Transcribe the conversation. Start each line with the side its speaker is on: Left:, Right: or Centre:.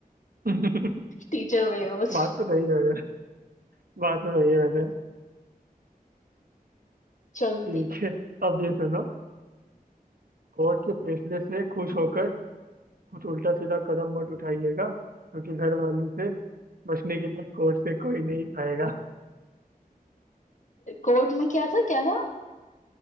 Right: <laughs>
Left: Teacher वेयर्स
Right: बात तो सही है वैसे बात तो सही है वैसे
Left: चलती
Right: ठीक है अब ये सुनो कोर्ट के फैसले से खुश होकर कुछ उल्टा सीधा कदम मत उठाइएगा क्योंकि घर वाली से बचने के लिए कोर्ट से कोई नहीं आएगा
Left: कोर्ट में क्या था क्या था